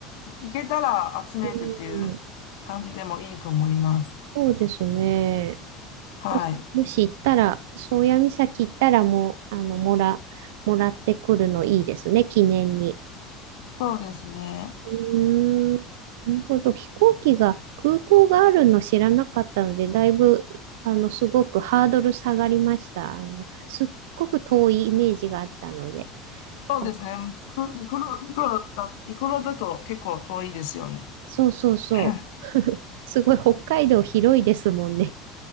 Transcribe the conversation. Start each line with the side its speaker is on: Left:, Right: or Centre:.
Left: 行けたら集めるっていう感じでもいいと思います。
Right: う。<laughs> うん、そうですね。
Left: はい。
Right: もし、もし行ったら、宗谷岬行ったらもう、あの、もら、もらってくるのいいですね、記念に。
Left: そうですね。
Right: うーん、なるほど。飛行機が、空港があるの知らなかったので、だいぶ、あの、すごくハードル下がりました。あの、すっごく遠いイメージがあったので。
Left: そうですね。
Right: あ
Left: 陸、陸路、陸路だ、陸路だと結構遠いですよね。
Right: そうそうそう。
Left: <coughs>
Right: <laughs> すごい、北海道広いですもんね。